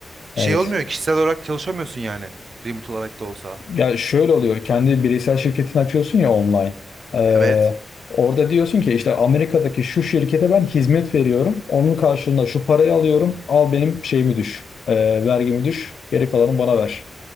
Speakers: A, on the left (about 85°); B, on the right (about 50°).
A: Evet.
B: Şey olmuyor, kişisel olarak çalışamıyorsun yani. Remote olarak da olsa.
A: Ya şöyle oluyor. Kendi bireysel şirketini açıyorsun ya online. Ee,
B: Evet.
A: orada diyorsun ki işte Amerika'daki şu şirkete ben hizmet veriyorum. Onun karşılığında şu parayı alıyorum. Al benim şeyimi düş. Ee, vergimi düş. Geri kalanı bana ver